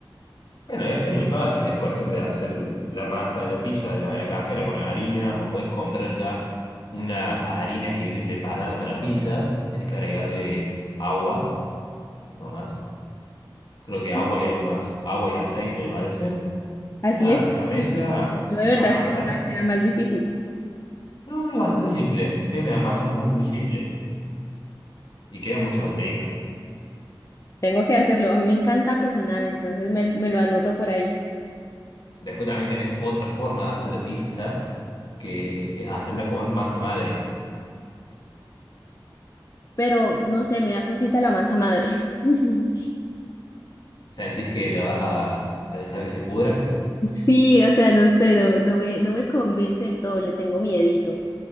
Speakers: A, on the left; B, on the left.
A: Bueno, es, es muy fácil, es cuestión de hacer la masa de la pizza de manera casera con harina, o puedes comprar ya una harina que viene preparada para pizzas. Tenés que agregarle agua, no más. Creo que agua
B: Sí.
A: y algo más. Agua y aceite, me parece
B: Así
A: Nada,
B: es.
A: se la
B: sí,
A: mezcla,
B: Yo, yo, yo- yo de verdad
A: a amasas.
B: que pensaba que era más difícil.
A: No, es bastante simple. Es una masa muy, muy simple y queda mucho más rica.
B: Tengo que hacerlo. A mí me encanta cocinar, entonces me, me lo anoto por ahí.
A: Después también tenés otra forma de hacer la pizza, que es hacerla con masa madre.
B: Pero no sé, me da cosita la masa madre. <laughs>
A: ¿Sentís que la vas a, a dejar que se pudra?
B: Sí, o sea, no sé, no, no me, no me convence del todo, le tengo miedito.